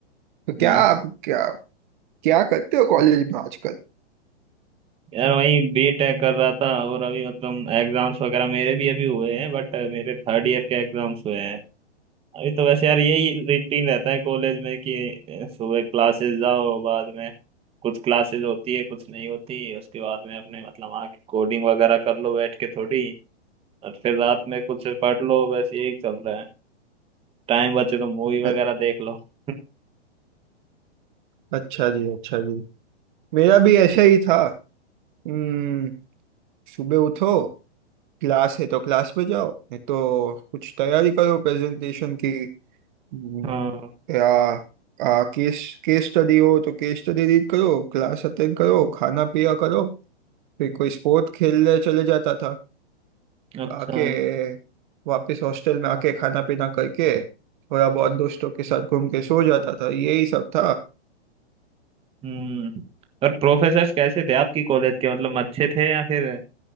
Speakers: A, on the right; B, on the right.
A: तो क्या
B: हम्म
A: आप क्या क्या करते हो कॉलेज में आजकल
B: यार वही बीटेक कर रहा था और अभी मतलब एग्जाम्स वगैरह मेरे भी अभी हुए हैं बट मेरे थर्ड ईयर के एग्जाम्स हुए हैं अभी तो वैसे यार यही रूटीन रहता है कॉलेज में कि अ, सुबह क्लासेस जाओ बाद में कुछ क्लासेस होती है कुछ नहीं होती उसके बाद में अपने मतलब आके कोडिंग वगैरह कर लो बैठ के थोड़ी और फिर रात में कुछ पढ़ लो बस यही चल रहा है टाइम बचे तो मूवी
A: अ-
B: वगैरह देख लो <laughs>
A: अच्छा जी अच्छा जी मेरा भी ऐसा ही था हम्म सुबह उठो क्लास है तो क्लास में जाओ नहीं तो कुछ तैयारी करो प्रेजेंटेशन की હમ.
B: हाँ
A: કે આ આ કેસ કેસ સ્ટડી हो तो केस स्टडी रीड करो क्लास अटेंड करो खाना पिया करो फिर कोई स्पोर्ट खेलने चले जाता था
B: अच्छा
A: आके वापस हॉस्टल में आके खाना पीना करके थोड़ा बहुत दोस्तों के साथ घूम के सो जाता था यही सब था
B: हम्म और प्रोफेसर्स कैसे थे आपकी कॉलेज के मतलब अच्छे थे या फिर